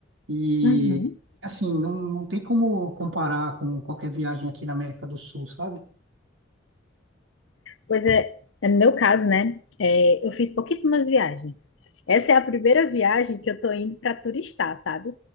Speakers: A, on the right; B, on the left.
A: E,
B: Uhum.
A: assim, não, não tem como comparar com qualquer viagem aqui na América do Sul, sabe?
B: Pois é, é no meu caso, né? é, eu fiz pouquíssimas viagens. Essa é a primeira viagem que eu tô indo para turistar, sabe?